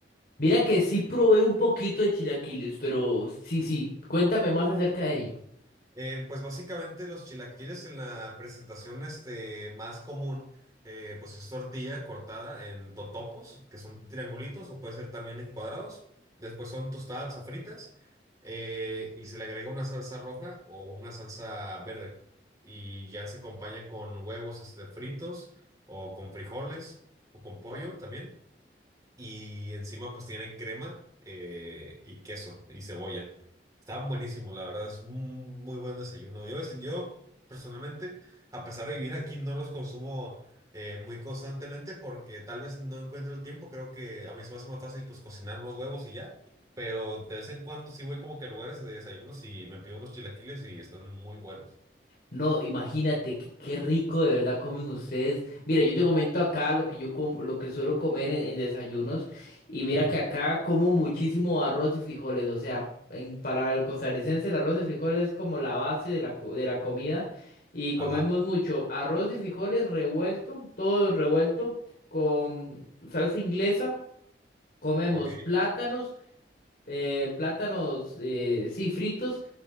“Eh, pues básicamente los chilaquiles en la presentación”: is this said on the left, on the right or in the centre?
Right